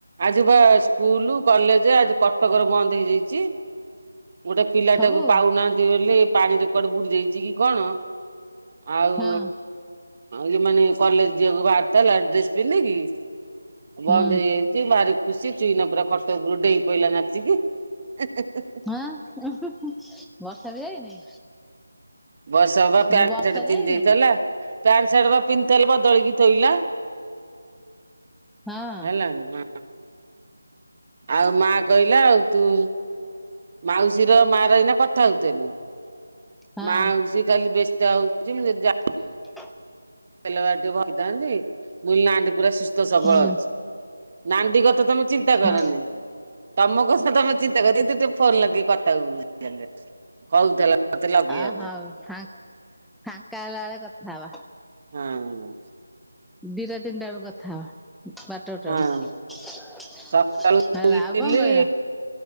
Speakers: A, on the right; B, in the centre.
A: ଆଜି ବା ସ୍କୁଲ୍ କଲେଜ୍ ଆଜି କଟକରେ ବନ୍ଦ ହେଇଯାଇଛି। ଗୋଟେ ପିଲାଟାକୁ
B: ସବୁ
A: ପାଉନାହାଁନ୍ତି ବୋଲି, ପାଣିରେ କୁଆଡେ ବୁଡି ଯାଇଛି କି କଣ? ଆଉ
B: ହଁ
A: ଇଏ ମାନେ କଲେଜ୍ ଯିବାକୁ ବାହାରଥେଲା ଡ୍ରେସ୍ ପିନ୍ଧେ କିି ବନ୍ଦ
B: ହୁଁ
A: ହେଇଯାଇଛି, ଭାରି ଖୁସି। ଚୁଇନ ପୁରା ଖଟ ଉପରୁ ଡେଇଁ ପଇଲା ନାଚିକି। <unintelligible>
B: ହାଁ <unintelligible> ବର୍ଷା ବି ଯାଇନି?
A: ବର୍ଷା ବା
B: ମୁଁ
A: ପ୍ୟାଣ୍ଟ୍
B: କହିଲି ବର୍ଷା
A: ସାର୍ଟ
B: ଯାଇନି
A: ପିନ୍ଧ ଦେଇଥିଲା। ପ୍ୟାଣ୍ଟ ସାର୍ଟ ବା ପିନ୍ଧିଥିଲ ବଦଳିକି ଥୋଇଲା।
B: ହଁ
A: ହେଲା ହଁ, ଆଉ ମା କହିଲା ଆଉ ତୁ ମାଉସୀ ର ମା ର ଏଇନା କଥା ହଉଥିଲୁ।
B: ହଁ
A: ମାଉସୀ ଖାଲି ବ୍ୟସ୍ତ ହଉ ଛିମରେ ଯା
B: <inaudible>
A: ବିଲ ବାରି ଟିକେ ଭଇଥାନ୍ତି, ମୁଁ ଅଇଲି ନାଁ ଟି ପୁରା ସୁସ୍ଥ ସବଳ
B: ହୁଁ
A: ଅଛି। ନାଣ୍ଡି କଥା ତମେ ଚିନ୍ତା କରନି।
B: ହଁ
A: ତମ କଥା ତମେ ଚିନ୍ତା କର, ତୁ ଟିକେ ଫୋନ୍ ଲଗେଇ କଥା <unintelligible> କହୁଥିଲା। ମତେ ଲଗେଇବାକୁ।
B: ଅଁ ହଉ, ଫାଙ୍କ୍ ଫାଙ୍କା ହେଲା ବେଳେ କଥା ହବା।
A: ହୁଁ।
B: ଦିଇଟା ତିନିଟା ବେଳକୁ କଥା ହବା। ବାରଟା
A: ହଁ
B: ଗୋଟା ବେଳୁ। ହେଲା
A: ସକାଳୁ
B: ଆଉ କଣ
A: ଇଟିଲି
B: କହିଲା?